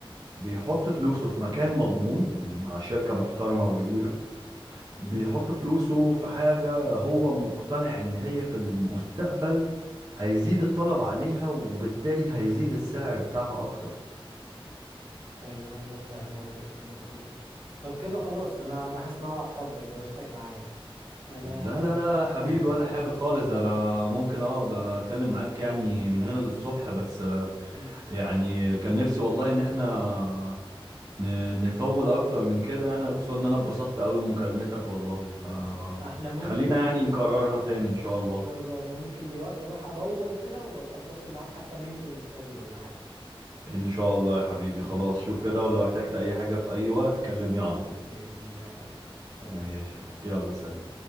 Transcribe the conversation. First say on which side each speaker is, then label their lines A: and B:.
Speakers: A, on the right; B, on the right.
A: بيحط فلوسه في مكان مضمون مع شركة محترمة وكبيرة بيحط
B: مم.
A: فلوسه في حاجة هو مقتنع إن هي في المستقبل هيزيد الطلب عليها وبالتالي هيزيد السعر بتاعها أكتر
B: ايوه ايوه فاهم قصدك في النقطة دي طب كده خلاص انا انا حاسس ان انا عطلتك دوشتك معايا انا
A: لا لا لا يا حبيبي
B: <laughs>
A: ولا حاجة خالص ده أنا ممكن أقعد أتكلم معاك يعني من هنا للصبح بس آه،
B: مم.
A: يعني كان نفسي والله إن إحنا ن- نطول أكتر من كده يعني خصوصا إن أنا اتبسطت أوي بمكالمتك والله فخلينا
B: لا، احنا ممكن
A: يعني نكررها تاني إن شاء الله
B: ان شاء الله انا ممكن دلوقتي اروح ادور كده وابقى اتواصل معاك حتى ننزل نتقابل ولا حاجة
A: ان شاء الله يا حبيبي
B: ماشي
A: خلاص
B: يا
A: شوف
B: باشا
A: كده ولو احتجت اي حاجة في اي وقت كلمني على طول
B: بإذن الله يا حبيبي سلام
A: ماشي يلا سلام